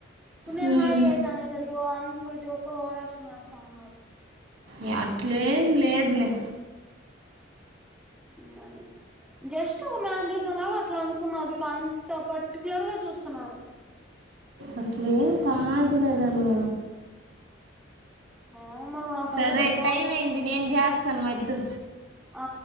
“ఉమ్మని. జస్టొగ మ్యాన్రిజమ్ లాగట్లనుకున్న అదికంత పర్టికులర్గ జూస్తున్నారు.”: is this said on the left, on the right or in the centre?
Centre